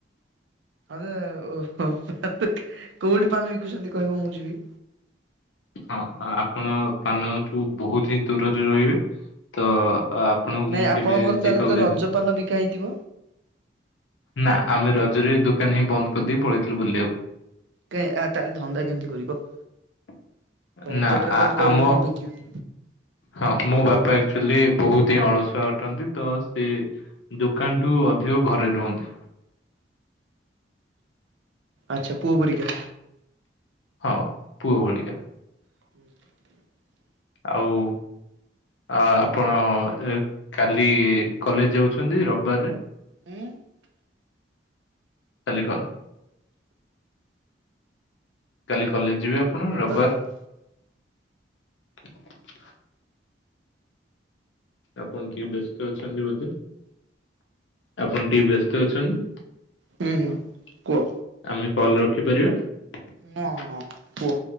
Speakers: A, on the right; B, on the left.
A: ଆ <unintelligible> କୋଉଠି ପାନ ବିକୁଛନ୍ତି କହିବ ମୁଁ ଯିବି।
B: ହଁ ଆପଣ ପାନଠୁ ବହୁତ୍ ହିଁ ଦୂରରେ ରହିବେ ତ। ଆ ଆପଣଙ୍କୁ
A: ନାଇଁ
B: ମୁଁ
A: ଆପଣଙ୍କର
B: କେବେ
A: ତାହେଲେ
B: ଯିବାକୁ
A: ତ
B: ଦେବ
A: ରଜପାନ ବିକା ହେଇଥିବ
B: ନା ଆମେ ରଜରେ ଦୋକାନ ହିଁ ବନ୍ଦ କରିଦେଇ ପଳେଇଥିଲୁ ବୁଲିବା କୁ।
A: <unintelligible> ତାହେଲେ ଧନ୍ଦା କେମିତି କରିବ?
B: <inaudible>
A: ରଜଟାରେ
B: ନା ଆଉ
A: ତମେ କହିବ
B: ଆମ
A: ମୁଁ ବିକିବି
B: ହଁ ମୋ ବାପା ଆକ୍ଚୁଲି। ବହୁତ୍ ହିଁ ଅଳସୁଆ ଅଟନ୍ତି ତ ସେ ଦୋକାନଠୁ ଅଧିକ ଘରେ ରୁହନ୍ତି।
A: ଆଚ୍ଛା ପୁଅ ପରିକା।
B: ହଁ ପୁଅ ଭଲିକା।
A: <unintelligible>
B: ଆଉ। ଆ ଆପଣ କାଲି କଲେଜ ଯାଉଛନ୍ତି ରବିବାରରେ?
A: ହୁଁ।
B: କାଲି କ କାଲି କଲେଜ ଯିବେ ଆପଣ ରବିବାର?
A: ହୁଁ
B: ଆପଣ କି ବ୍ୟସ୍ତ ଅଛନ୍ତି ବୋଧେ। ଆପଣ ଟିକେ ବ୍ୟସ୍ତ ଅଛନ୍ତି।
A: ହୁଁ କୁହ।
B: ଆମେ କଲ ରଖିପାରିବା।
A: ହଁ ହଁ କୁହ।